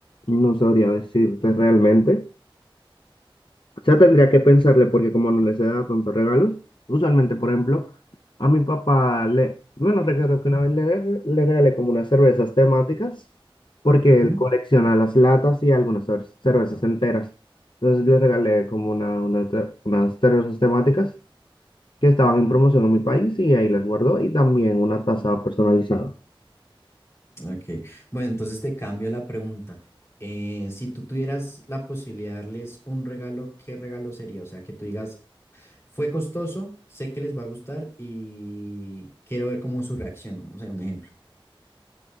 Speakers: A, on the left (about 60°); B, on the left (about 30°).
A: no sabría decirte realmente. ya tendría que pensarle porque como no les he dado tantos regalos, usualmente, por ejemplo, a mi papá le, bueno, recuerdo que una vez le, le regalé como unas cervezas temáticas porque
B: Ujú,
A: él colecciona las latas y algunas cer- cervezas enteras. Entonces le regalé como una, una te- unas cervezas temáticas que estaban en promoción en mi país y ahí las guardó y también una taza personalizada.
B: Ok. Bueno, entonces te cambio la pregunta. Eh, si tú tuvieras la posibilidad de darles un regalo, ¿qué regalo sería? O sea, que tú digas, fue costoso, sé que les va a gustar y quiero ver cómo su reacción. O sea, un ejemplo.